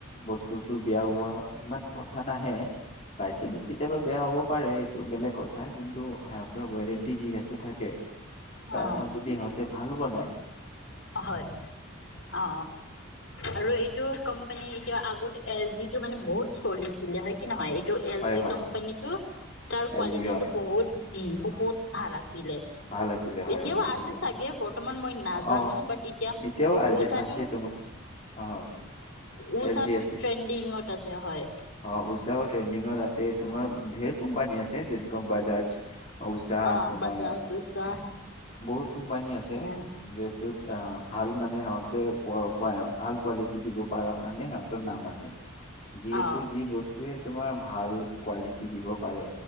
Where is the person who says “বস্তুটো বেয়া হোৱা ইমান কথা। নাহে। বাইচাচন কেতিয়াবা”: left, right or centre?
Left